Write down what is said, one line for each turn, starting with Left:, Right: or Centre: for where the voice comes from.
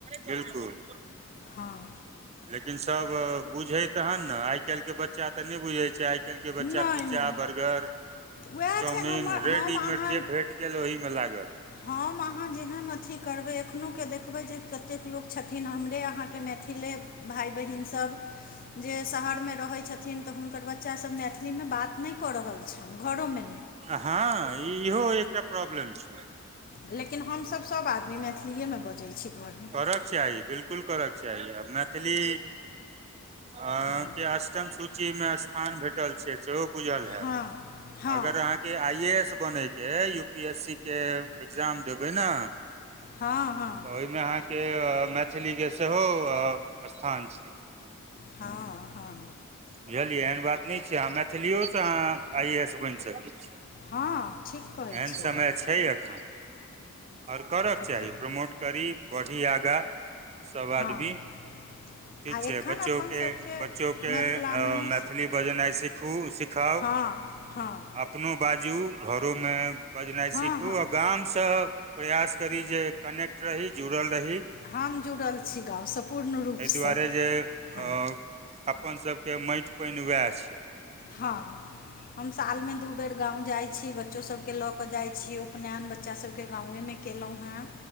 Right: बिलकुल
Left: हँ।
Right: लेकिन सब बुझे तहन ने आइ काल्हि के बच्चा ते नहि बुझे छै आइ। केलक बच्चा
Left: नहि
Right: पिज्जा
Left: नहि
Right: बर्गर
Left: उएह
Right: चाउमिन
Left: छै हमर
Right: रेडीमेड
Left: हम अहाँ
Right: जे भेट गेल ओहिमे लागल।
Left: हम अहाँ जेहन अथी करबै एखनहु के देखू। देखबै जे कतेक लोक छथिन हमरे अहाँके मैथिले। भाइ बहिन सब जे शहरमे रहै छथिन। तऽ हुनकर बच्चासभ मैथिलीमे बात नहि कऽ रहल छनि घरोमे।
Right: हँ इहो एकटा प्रॉब्लम छै।
Left: लेकिन हमसभ सब आदमी मैथिलीएमे बजैत छी घरमे।
Right: करक चाही बिल्कुल करक चाही अ मैथिली के
Left: हँ
Right: अष्टम सूची मे स्थान भेटल छै। बुझल हैत
Left: हँ हँ
Right: अगर अहाँ। आई ए एस बनके यू पी एस सी के एग्जाम देबै ने।
Left: हँ हँ।
Right: तऽ ओहिमे अहाँके मैथिलीके सेहो स्थान छै।
Left: हँ हँ।
Right: बुझलियै एहन बात नहि छै अहाँ मैथिलियोसँ अहाँ आइ ए एस बनि सकै छी।
Left: हँ ठीक कहै
Right: केहन
Left: छी
Right: समय
Left: अहाँ
Right: छैय एखन आओर करक
Left: एखन
Right: चाही प्रमोट करी बढ़ी आगाँ सँभ
Left: हँ
Right: आदमी ठीक
Left: आ
Right: छै
Left: एखन
Right: बच्चो
Left: अपन सभके
Right: के बच्चो के
Left: मैथिलानियो
Right: अ मैथिली बजेनाइ सिखू सिखाउ
Left: हँ हँ
Right: अपनो बाजू घोरोमे बजनाइ
Left: हँ
Right: सीखू
Left: हँ
Right: आ गाम से प्रयास करी जे कनेक्ट रही जुड़ल रही।
Left: हम जुड़ल छि गामवसँ पूर्ण रूपसँ
Right: एहि दुआरे जे अ
Left: हाँ
Right: अपन सब के मैट पान वएह छैय।
Left: हाँ। हम साल में दू बेर गाँंव जाइ छीय बच्चो सब के लऽ के जाय छीय उपनयन बच्चा सब के गांवेमे केलहुँ हेँ